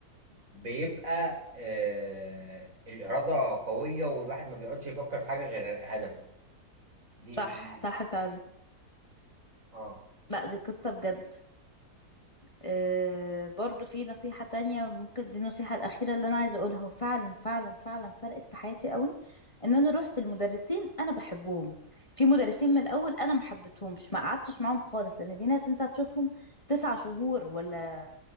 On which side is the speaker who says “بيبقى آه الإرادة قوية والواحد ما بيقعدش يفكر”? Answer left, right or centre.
Right